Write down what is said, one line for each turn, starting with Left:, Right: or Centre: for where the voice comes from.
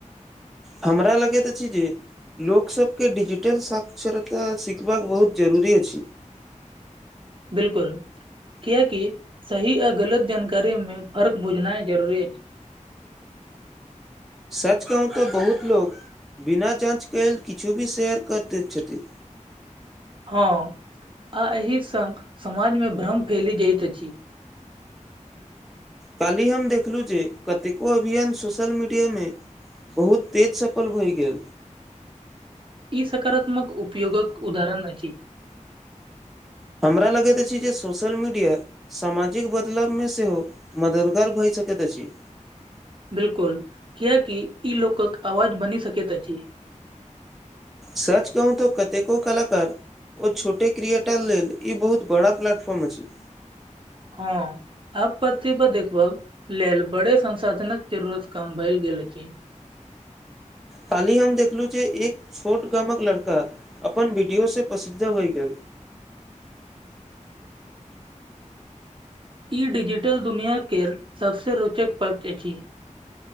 Centre: हमरा लगैत अछि जे लोकसभके डिजिटल साक्षरता सिखबाक बहुत जरूरी अछि।
Right: बिलकुल किया की सही आ गलत जानकारी में फर्क बुझनाइ जरुररी अछि।
Centre: सच कहू तऽ बहुत लोक बिना जाँचकेल किछु भी शेयर कर दैत छथि।
Right: हँ आ एहि संग समाज मे भ्रम फैली जाइत अछि।
Centre: काल्हि हम देखलहुँ जे कतेको अभियान सोशल मीडियामे बहुत तेज सफल भए गेल।
Right: ई सकारात्मक उपयोगक उदाहरण अछि।
Centre: हमरा लगैत अछि जे सोशल मीडिया सामाजिक बदलावमे सेहो मददगार भऽ सकैत अछि।
Right: बिलकुल कियकि ई लोकक आवाज बनि सकैत अछि।
Centre: सच कहू तो कतेको कलाकार ओ छोटे क्रियटा लेल ई बहुत बड़ा प्लेटफॉर्म अछि।
Right: हँ आपत्ति पर देखब लेल बड़े संसाधनक जरूरत काम भेल गेल अछि।
Centre: काली हम देखलु जे एक छोट गामक लड़का अपन वीडियो से प्रसिद्ध भये गेल।
Right: ई डिजिटल दुनिआ केर सभसँ रोचक पक्ष अछि।